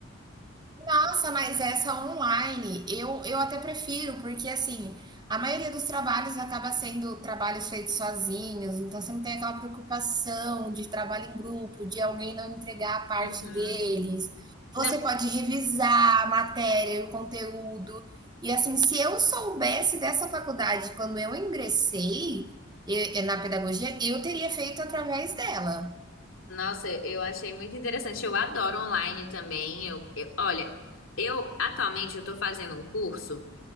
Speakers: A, on the right; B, on the left.
A: Nossa, mas essa online, eu, eu até prefiro, porque assim, a maioria dos trabalhos acaba sendo trabalhos feitos sozinhos, então você não tem aquela preocupação de trabalho em grupo, de alguém não entregar a parte
B: Uhum.
A: deles. Você
B: Não,
A: pode revisar a matéria e o conteúdo. E assim, se eu soubesse dessa faculdade quando eu ingressei eh, na pedagogia, eu teria feito através dela.
B: nossa, eu achei muito interessante. Eu adoro online também. Eu, eu- olha, eu atualmente eu tô fazendo um curso.